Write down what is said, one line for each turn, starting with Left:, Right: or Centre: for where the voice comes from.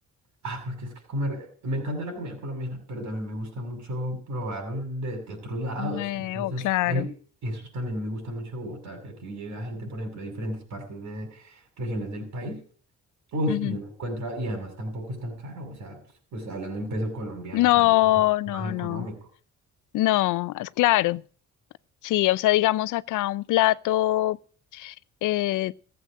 Right: Ah, porque es que comer, me encanta la comida colombiana, pero también me gusta mucho probar de, de otros lados.
Left: Nuevo,
Right: Entonces,
Left: claro.
Right: Mm. hay, eso también me gusta mucho de Bogotá, que aquí llega gente, por ejemplo, de diferentes partes de regiones del país. Uy,
Left: Ujú.
Right: y uno encuentra, y además tampoco es tan caro. O sea, pues, pues hablando en peso colombiano
Left: No,
Right: también es
Left: no,
Right: más económico.
Left: no, no, es claro. Sí, o sea, digamos acá un plato eh,